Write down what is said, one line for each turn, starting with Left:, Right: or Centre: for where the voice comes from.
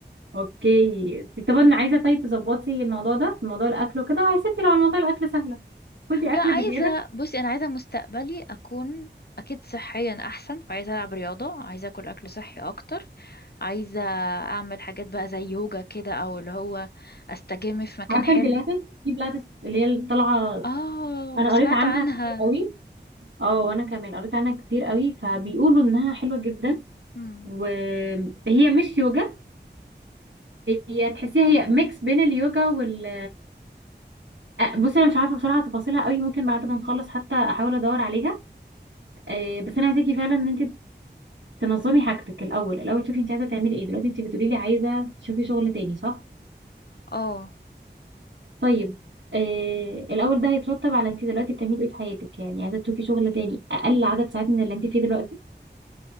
Right: اوكي طب انا عايزه طيب تظبطي الموضوع ده موضوع الاكل وكده يا ستي لو على موضوع الاكل سهله خدي
Left: لا
Right: اكل
Left: عايزة
Right: بزياده
Left: بصي أنا عايزة مستقبلي أكون أكيد صحيا أحسن فعايزة ألعب رياضة عايزة أكل أكل صحي أكتر عايزة أعمل حاجات بقى زي يوجا كده أو اللي هو أستجم في مكان
Right: عارفه
Left: حلو
Right: البلاتس في بلاتس اللي هي اللي طالعه
Left: آه
Right: انا
Left: سمعت
Right: قريت عنها
Left: عنها
Right: كتير قوي اه وانا كمان قريت عنها كتير قوي فبيقولوا انها حلوه جدا
Left: مم.
Right: وهي مش يوجا هي تحسيها هي ميكس بين اليوجا وال آه، بصي انا مش عارفه بصراحه تفاصيلها قوي ممكن بعد ما نخلص حتى احاول ادور عليها آه، بس انا عايزاكي فعلا ان انت تنظمي حاجتك الاول الاول شوفي انت عايزه تعملي ايه دلوقتي انت بتقولي لي عايزه تشوفي شغل تاني صح
Left: آه
Right: طيب آه الاول ده هيترتب على انت دلوقتي بتعملي ايه في حياتك يعني عايزه تشوفي شغل تاني اقل عدد ساعات من اللي انت فيه دلوقتي